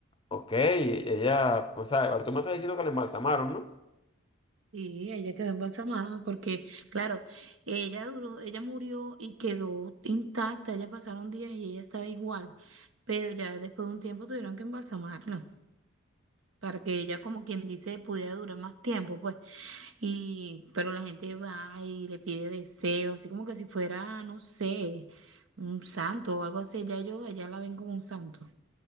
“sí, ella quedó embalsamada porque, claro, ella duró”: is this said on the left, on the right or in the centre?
Right